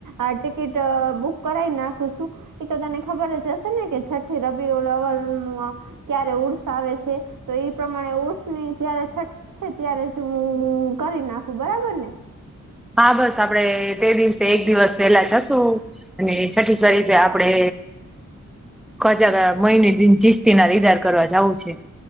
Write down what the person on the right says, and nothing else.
આ ટિકિટ બુક કરાઈ નાખું છું એ તો તને ખબર જ જસે ને કે છઠી રબી ઓ લવલ ક્યારે ઉર્ષ આવે છે તો એ પ્રમાણે ઉર્ષની જયારે છઠ છે ત્યારે જ હું કરી નાખું બરાબર ને